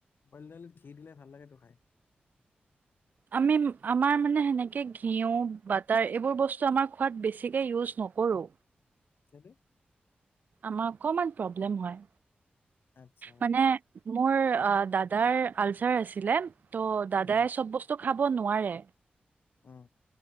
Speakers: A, on the left; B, on the right.
A: বইল দাইলিত ঘি দিলে ভাল লাগে তো খাই।
B: আমি আমাৰ মানে সেনেকে ঘিউ বাটাৰ এইবোৰ বস্তু আমাৰ খোৱাত বেছিকে ইউজ ন। নকৰো।
A: কেনে।
B: আমাৰ অকমান প্ৰব্লেম হয়
A: আচ্ছা অকে
B: মানে
A: অকে
B: মোৰ দাদাৰ আলচাৰ আছিলে। ত' দাদাই
A: উম,
B: চব বস্তু খাব নোৱাৰে।
A: অ'।